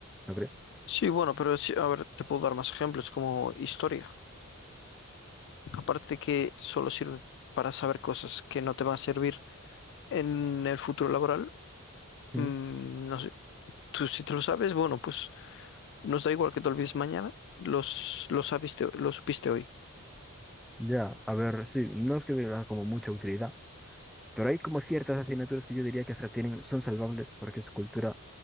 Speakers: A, in the centre; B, on the left.
A: ¿no crees?
B: Sí, bueno, pero sí, a ver, te puedo dar más ejemplos como historia. Aparte que solo sirve para saber cosas que no te van a servir en el futuro laboral, mm,
A: Mm,
B: no sé. Tú si te lo sabes, bueno, pues nos da igual que te olvides mañana, los, los sabiste, lo supiste hoy.
A: Ya, a ver, sí, no es que tenga como mucha utilidad. Pero hay como ciertas asignaturas que yo diría que hasta tienen, son salvables porque es cultura